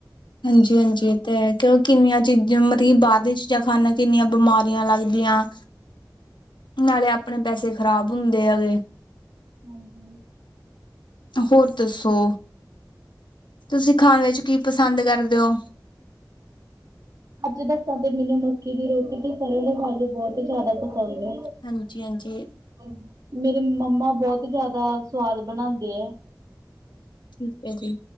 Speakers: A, on the left (about 85°); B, on the right (about 55°).
A: ਹਾਂਜੀ, ਹਾਂਜੀ। ਤੇ ਕਿ ਕਿੰਨੀਆਂ ਚੀਜ਼ਾਂ ਮਤਲਬ ਕਿ ਬਾਹਰ ਦੀਆਂ ਚੀਜ਼ਾਂ ਖਾਂਨੇ ਕਿੰਨੀਆਂ ਬਿਮਾਰੀਆਂ ਲੱਗਦੀਆਂ। ਨਾਲੇ ਆਪਣੇ ਪੈਸੇ ਖ਼ਰਾਬ ਹੁੰਦੇ ਹੈਗੇ।
B: ਹਾਂਜੀ
A: ਹੋਰ ਦੱਸੋ? ਤੁਸੀਂ ਖਾਣ ਵਿੱਚ ਕੀ ਪਸੰਦ ਕਰਦੇ ਓ?
B: ਅਜ ਦੱਸਾਂ ਤੇ ਮੈਨੂੰ ਮੱਕੀ ਦੀ ਰੋਟੀ ਤੇ ਸਰ੍ਹੋਂ ਦੇ ਸਾਗ ਬਹੁਤ ਜ਼ਿਆਦਾ ਸੁਦੇ
A: ਹਾਂਜੀ ਹਾਂਜੀ
B: <unintelligible> ਮੇਰੇ ਮੰਮਾ ਬਹੁਤ ਜਿਆਦਾ ਸਵਾਦ ਬਣਾਂਦੇ ਐ।
A: ਠੀਕ ਹੈ ਜੀ।